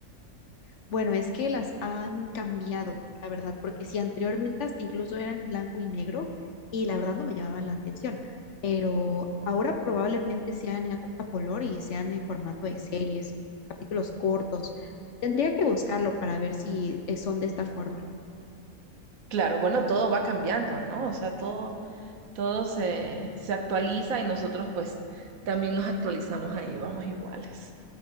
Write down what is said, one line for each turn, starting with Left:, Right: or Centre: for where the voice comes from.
Left: Bueno, es que las han cambiado, la verdad, porque si anteriormente hasta incluso eran en blanco y negro y la verdad no me llamaban la atención, pero ahora probablemente sean a, co- a color y sean en formato de series, capítulos cortos. Tendría que buscarlo para ver si eh, son de esta forma.
Right: Claro, bueno, todo va cambiando, ¿no? O sea, todo, todo se, se actualiza y nosotros pues también nos actualizamos ahí, vamos iguales.